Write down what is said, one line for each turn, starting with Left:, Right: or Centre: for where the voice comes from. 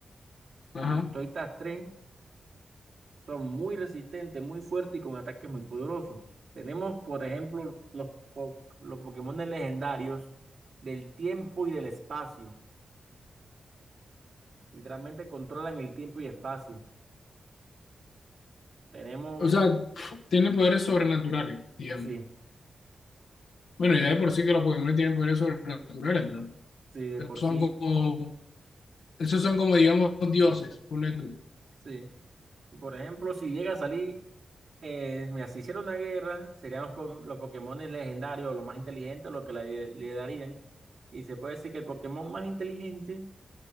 Left: Ajá.
Right: Y todas estas tres son muy resistentes, muy fuertes y con ataques muy poderosos. Tenemos, por ejemplo, los, po- los Pokémon legendarios del tiempo y del espacio. Literalmente controlan el tiempo y espacio. Tenemos,
Left: O sea, tiene poderes sobrenaturales, digamos.
Right: sí,
Left: Bueno,
Right: tiene-
Left: ya de por sí que los Pokémon tienen poderes sobrenaturales,
Right: sí, de
Left: pero
Right: por
Left: esos son
Right: sí,
Left: como, esos son como, digamos, dioses, ponle tú.
Right: sí. Por ejemplo, si llega a salir, eh, mira, si hiciera una guerra, serían los, po- los Pokémon legendarios, los más inteligentes, los que la- le darían. Y se puede decir que el Pokémon más inteligente